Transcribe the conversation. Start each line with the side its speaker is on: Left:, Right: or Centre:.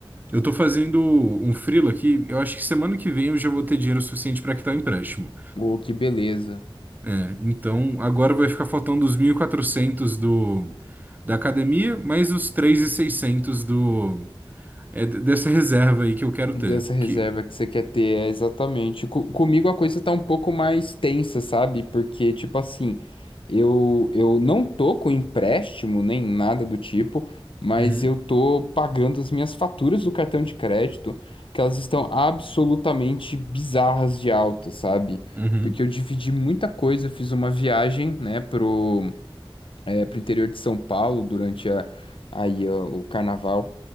Right: Eu tô fazendo um freelo aqui. Eu acho que semana que vem eu já vou ter dinheiro suficiente pra quitar o empréstimo.
Left: Oh, que beleza.
Right: né? Então, agora vai ficar faltando os 1.400 do da academia, mais os 3.600 do é, d- dessa reserva aí que eu quero
Left: dessa
Right: ter.
Left: reserva
Right: Que
Left: que você quer ter, é exatamente. Co- comigo a coisa tá um pouco mais tensa, sabe? Porque, tipo assim, eu, eu não tô com empréstimo nem nada do tipo, mas
Right: Uhum,
Left: eu tô pagando as minhas faturas do cartão de crédito, que elas estão absolutamente bizarras de alta, sabe?
Right: uhum,
Left: Porque eu dividi muita coisa, eu fiz uma viagem, né, pro, eh, pro interior de São Paulo durante a, aí, ó, o carnaval